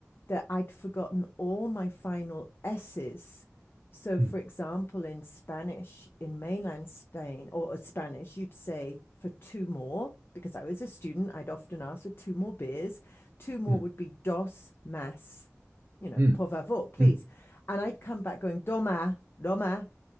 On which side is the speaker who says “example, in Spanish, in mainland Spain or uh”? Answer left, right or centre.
Left